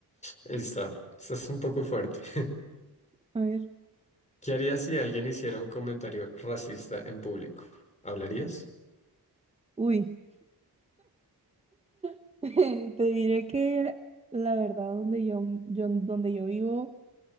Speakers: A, on the left; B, on the right.
A: esta, esta es un poco fuerte. <laughs>
B: a ver,
A: ¿Qué harías si alguien hiciera un comentario racista en público? ¿Hablarías?
B: uy. <laughs> Te diré que la verdad donde yo, yo donde yo vivo,